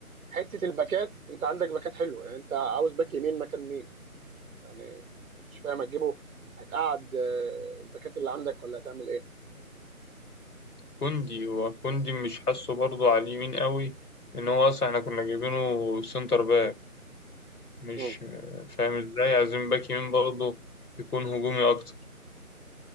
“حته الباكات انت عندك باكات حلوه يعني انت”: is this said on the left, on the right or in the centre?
Right